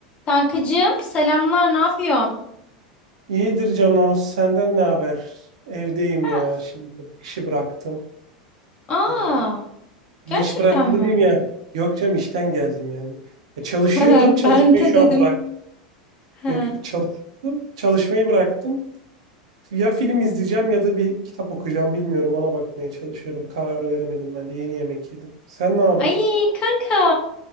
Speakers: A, on the left; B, on the right.
A: Kankacığım selamlar ne yapıyorsun?
B: İyidir Cano, senden ne haber? Evdeyim
A: Ha,
B: ya, şimdi işi bıraktım.
A: Aa
B: Ee, işi
A: gerçekten
B: bıraktım
A: mi?
B: dediğim yani. Yok canım işten geldim yani. E, çalışıyordum,
A: <laughs>
B: çalışmayı
A: Ben de
B: şu
A: dedim.
B: an bıraktım.
A: Ha.
B: Yok yok çalışıyordum, çalışmayı bıraktım. Ya film izleyeceğim ya da bir kitap okuyacağım bilmiyorum ona bakmaya çalışıyorum. Karar veremedim ben de yeni yemek yedim. Sen ne yapıyorsun?
A: Ay kanka